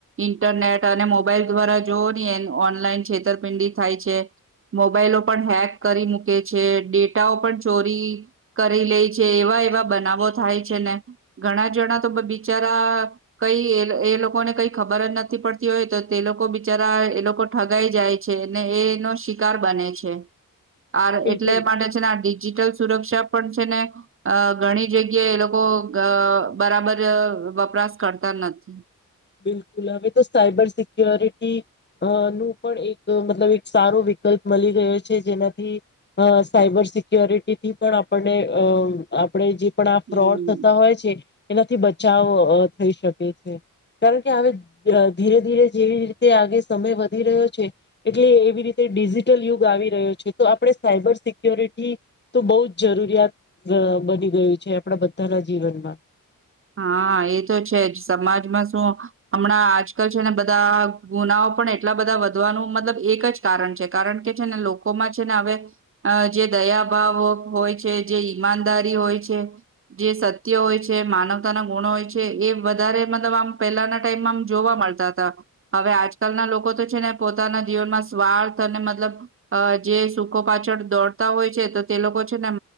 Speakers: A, on the right; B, on the left.
A: ઇન્ટરનેટ અને મોબાઈલ દ્વારા જોવઓ હી એ ઓનલાઈન છેતર પિંડી થાય છે. મોબાઈલો પણ હેક કરી મૂકે છે. ડેટાઓ પણ. ચોરી કરી લે છે. એવા એવા બનાવો થાય છે. ને ઘણા જણા તો બિચારા કઈ એ એ લોકોને કઈ ખબર જ નથી પડતી હોય તો તે લોકો બિચારા એ લોકો ઠગાઈ જાય છે. ને એનો શિકાર બને છે. આ
B: બિલકુલ
A: એટલે માટે છેનેડી. સુરક્ષા પણ છે. ને અ ઘણી જગ્યાએ એ લોકો બરાબર વપરાશ કરતા નથી.
B: બિલકુલ હવે તો સાયબર સિક્યોરિટી અ નું પણ એક મતલબ એક સારો વિકલ્પ મળી ગયો છે. જેનાથી અ સાયબર સિક્યોરિટીથી પણ આપણને અ આપણે જે. પણ આ
A: હમ
B: ફ્રોડ થતા હોય છે. એનાથી બચાવ થઈ શકે છે. કારણ કે હ ધીરે ધીરે જેવી રીતે આગે સમય વધી રહ્યો છે. એટલે એવી રીતે ડિજિટલ યુગ આવી રહ્યો છે. તો આપણે સાયબર સિક્યોરિટી તો બહુ જ જરૂરિયાત બની ગયું છે. આપણા બધાના જીવનમાં.
A: હા. એ તો છે જ સમાજમાં શું હમણાં આજકાલ છે. ને બધા ગુનાઓ પણ એટલા બધા વધવાનું મતલબ એક જ કારણ છે. કારણ કે છે ને લોકોમાં છે. ને હવે જે. દયાભાવ હોય છે જે ઈમાનદારી હોય છે જે સત્ય હોય છે માનવ ગુણો હોય છે. એ વધારે મતલબ આમ પેલાના ટાઈમમાં આમ જોવા મળતા હતા હવે આજકાલના લોકો તો છે. ને પોતાના જીવનમાં સ્વાર્થ અને મતલબ જે સુખો પાછળ દોડતા હોય છે તો તે લોકો છે. નેન